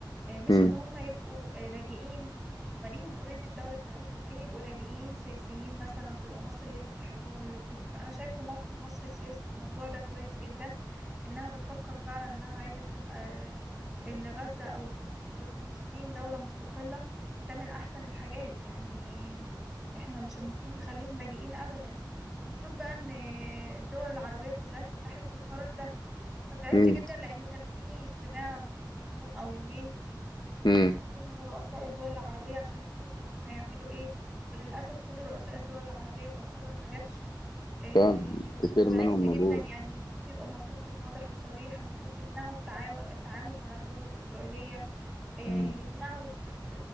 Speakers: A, in the centre; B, on the left.
A: آه، مش
B: امم
A: إن هم يبقوا آه، لاجئين هم ليهم اوريدي الدولة بتاعتهم ليه يبقوا لاجئين سياسيين مثلا تبقى مصر هي اللي فتحت لهم اللجوء فأنا شايفة موقف مصر السياسي في الموضوع ده كويس جدا إنها بتفكر فعلا إنها عايزة تبقى آه، لغزة أو لفلس- لفلسطين دولة مستقلة ده من أحسن الحاجات يعني احنا مش المفروض نخليهم لاجئين ابدا المفروض بقى ان الدول العربية كلها تتحد في القرار ده فزعلت
B: امم
A: جدا لان كان في اجتماع من يوم او يومين
B: امم
A: بين رؤساء الدول العربية عشان يتفقوا هم هيعملوا ايه وللأسف كل رؤساء الدول العربية تعتبر ما جاتش إيه،
B: فعلا كتير
A: فزعلت
B: منهم
A: جدا
B: موجود
A: يعني المفروض يبقى موقفهم واضح وصريح المفروض يمنعوا التعاو- التعامل مع الدول الإسرائيلية آه،
B: امم
A: يمنعوا است-